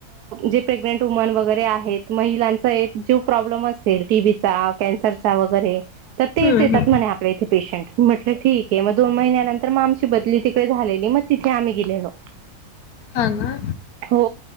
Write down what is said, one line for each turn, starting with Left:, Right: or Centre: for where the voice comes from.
Right: जे प्रेग्नेंट वुमन वगैरे आहेत महिलांच जे प्रॉब्लेम असेल टीबीचा कॅन्सरचा वगैरे तर तेच
Left: हम्म
Right: येतात
Left: हम्म
Right: म्हणे आपल्या इथे पेशंट म्हटलं ठीक आहे मग दोन महिन्यानंतर मग आमची बदली तिकडे झालेली मग तिथे आम्ही गेलेलो
Left: हा ना
Right: हो